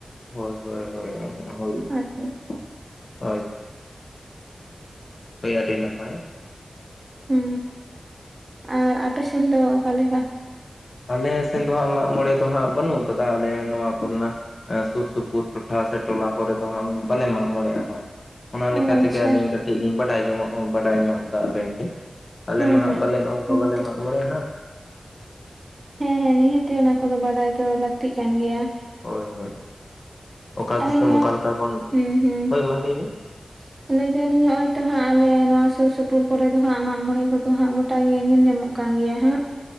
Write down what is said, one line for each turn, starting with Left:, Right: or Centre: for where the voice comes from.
Left: ᱦᱳᱭ ᱦᱳᱭ
Right: ᱟᱨᱠᱤ
Left: ᱦᱳᱭ-ᱦᱳᱭ ᱦᱳᱭ ᱟᱹᱰᱤ ᱱᱟᱯᱟᱭ
Right: ᱦᱩᱸ ᱟᱨ ᱟᱯᱮ ᱥᱮᱱ ᱫᱚ ᱚᱠᱟ ᱞᱮᱠᱟ?
Left: ᱟᱞᱮ ᱥᱮᱱ ᱫᱚ ᱦᱟᱸᱜ ᱢᱟᱜ ᱢᱚᱬᱮ ᱫᱚ ᱦᱟᱸᱜ ᱵᱟᱹᱱᱩᱜ ᱠᱟᱫᱟ ᱟᱞᱮ ᱱᱚᱣᱟ ᱠᱚᱨᱮᱱᱟ᱾ ᱥᱩᱨ ᱥᱩᱯᱩᱨ ᱴᱚᱴᱷᱟ ᱥᱮ ᱴᱚᱞᱟ ᱠᱚᱨᱮ ᱫᱚ ᱦᱟᱸᱜ ᱵᱟᱞᱮ ᱢᱟᱜ ᱢᱚᱬᱮᱟ ᱦᱟᱸᱜ᱾ ᱚᱱᱟ ᱞᱮᱠᱟ
Right: ᱚ ᱟᱪᱪᱷᱟ
Left: ᱛᱮᱜᱮ ᱟᱹᱞᱤᱧ ᱠᱟᱹᱴᱤᱡ ᱞᱤᱧ ᱵᱟᱰᱟᱭ ᱡᱚᱝᱚᱜ ᱵᱟᱰᱟᱭ ᱧᱚᱜ ᱫᱟ ᱟᱵᱮᱱ ᱴᱷᱮᱡ᱾ ᱟᱞᱮ
Right: ᱦᱮᱸ
Left: ᱢᱟ ᱦᱟᱸᱜ
Right: ᱦᱮᱸ
Left: ᱵᱟᱞᱮ ᱱᱚᱜ-ᱚᱝᱠᱟ
Right: ᱱᱤᱦᱟᱹᱛᱤ
Left: ᱵᱟᱞᱮ ᱢᱟᱜ ᱢᱚᱬᱮ ᱟ ᱦᱟᱸᱜ᱾
Right: ᱦᱮᱸ ᱦᱮᱸ ᱱᱤᱦᱟᱹᱛᱤ ᱚᱱᱟ ᱠᱚᱫᱚ ᱵᱟᱰᱟᱭ ᱫᱚ ᱞᱟᱹᱠᱛᱤ ᱠᱟᱱ ᱜᱮᱭᱟ᱾
Left: ᱦᱳᱭ ᱦᱳᱭ ᱚᱠᱟ
Right: ᱟᱞᱮ
Left: ᱫᱤᱥᱚᱢ
Right: ᱱᱚᱣᱟ
Left: ᱚᱠᱟ ᱞᱮᱠᱟ ᱵᱚᱱ
Right: ᱦᱩᱸ ᱦᱩᱸ
Left: ᱦᱳᱭ ᱢᱟ ᱞᱟᱹᱭ ᱵᱤᱱ,
Right: <unintelligible> ᱞᱟᱹᱭ ᱫᱟᱞᱤᱧ ᱦᱸᱚᱜ ᱚᱭ ᱛᱚ ᱦᱟᱸᱜ ᱟᱞᱮ ᱱᱚᱣᱟ ᱥᱩᱨ ᱥᱩᱯᱩᱨ ᱠᱚᱨᱮ ᱫᱚ ᱦᱟᱸᱜ ᱢᱟᱜ ᱢᱚᱬᱮ ᱠᱚᱫᱚ ᱦᱟᱸᱜ ᱜᱚᱴᱟ ᱜᱮ ᱧᱮᱞ ᱧᱟᱢᱚᱜ ᱠᱟᱱ ᱜᱮᱭᱟ ᱦᱟᱸᱜ᱾